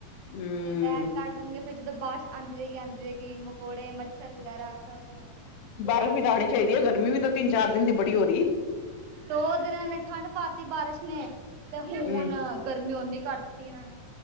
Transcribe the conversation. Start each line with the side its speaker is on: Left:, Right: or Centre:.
Left: ਹੂੰ
Right: ਤੇ ਲੈਟ ਕੱਟ <unintelligible> ਫੇਰ ਜਦੋਂ ਬਾਰਸ਼ ਆਂਦੀ ਰਏਗੀ ਆਂਦੀ ਰਏਗੀ ਮਕੌੜੇ, ਮੱਛਰ ਵਗੈਰਾ ਸਭ ਬੁਰਾ
Left: ਬਾਰਿਸ਼
Right: ਹਾਲ
Left: ਵੀ
Right: ਹੋ
Left: ਤਾਂ ਆਣੀ
Right: ਜਾਂਦਾ
Left: ਚਾਈਦੀ
Right: ਸਾਡਾ
Left: ਏ ਗਰਮੀ
Right: ਤੇ
Left: ਵੀ ਤਾਂ ਤੇਨ-ਚਾਰ ਦਿਨ ਦੀ ਬੜੀ ਹੋ ਰੀ।
Right: ਦੋ ਦਿਨਾਂ ਨੇ ਠੰਡ ਪਾਤੀ ਬਾਰਿਸ਼ ਨੇ, ਤੇ ਹੋਣ
Left: ਹਮ
Right: ਗਰਮੀ ਓਨੀ ਕਰ ਤੀ ਏਨਾ ਨੇ